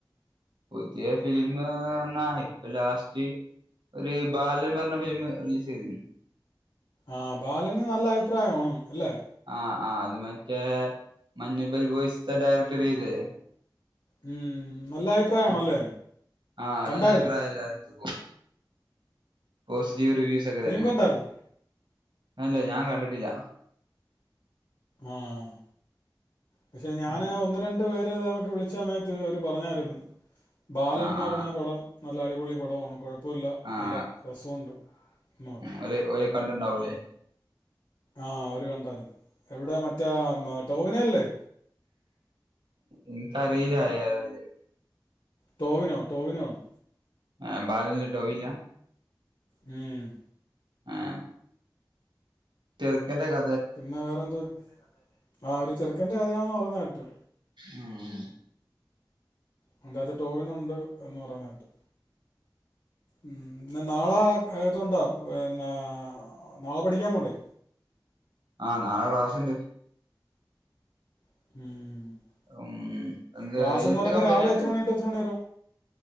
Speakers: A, on the right (about 80°); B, on the left (about 80°).
A: പുതിയ ഫിലിമ്ന്നാ ഇപ്പൊ ലാസ്റ്റ് ഒരു ബാലൻ പറഞ്ഞ ഫിലിം റിലീസ് ചെയ്തിരുന്നു
B: ആഹ് ബാലന് നല്ല അഭിപ്രായാണ് അല്ലേ
A: ആഹ് ആഹ് അത് മറ്റേ മഞ്ഞുമ്മൽ ബോയ്സ്ത്തെ ഡയറക്ടർ ചെയ്തേ
B: ഉം നല്ല അഭിപ്രായമാണല്ലേ
A: ഉം ആഹ്
B: കണ്ടായിരുന്നോ
A: നല്ല അഭിപ്രായല്ലേ അത് പോസിറ്റീവ് റിവ്യൂസ് ഒക്കെ
B: ഫിലിം
A: തന്നെയാണ്
B: കണ്ടായിരുന്നോ
A: അല്ലേ ഞാൻ കണ്ടിട്ടില്ല
B: ആഹ് പക്ഷെ ഞാൻ
A: ഉം.
B: ഒന്ന് രണ്ട് പേര് നമ്മക്ക് വിളിച്ച സമയത്ത് അവര് പറഞ്ഞായിരുന്നു ബാലൻ
A: ആ
B: എന്ന്
A: ആ
B: പറഞ്ഞ പടം നല്ല അടിപൊളി പടമാണ് കുഴപ്പ പ്പോല്ല
A: ആഹ്
B: നല്ല രസമുണ്ട് എന്ന് പറഞ്
A: ഓല് ഓല് കണ്ടിണ്ടാവൂലേ
B: ആഹ് കണ്ടാരുന്നു എവിടെ മറ്റേ ടോവിനോ അല്ലേ
A: എനിക്ക് ആറിയില്ല ഏതാ നല്ലേ
B: ടോവിനോ ടോവിനോ ആണ്
A: ആഹ് ബാലൻ ല് ടോവിനാ
B: ഉം
A: ആഹ് ചെറുക്കന്റ ക
B: പിന്നെ വേറെന്തോരം ആഹ് ഒരു ചെറുക്കന്റെ കഥയാണെന്ന് പറയണ കേട്ട്
A: ഉം
B: അതിന്റെകത്ത് ടോവിനോ ഉണ്ട് എന്ന് പറയുന്ന കേട്ട് ഉം നാളെ ഇതുണ്ടോ പിന്നെ നാളെ പഠിക്കാൻ പോണ്ടേ
A: ആഹ് നാളെ ക്ലാസ്സുണ്ട്
B: ഉം
A: ഉം എന്ത്
B: ക്ലാസ് എന്ന്
A: എന്ത്
B: പറയുമ്പോൾ
A: കമ്പിനിയാണ്
B: രാവിലെ എത്ര മണി തൊട്ട് എത്ര മണി വരെ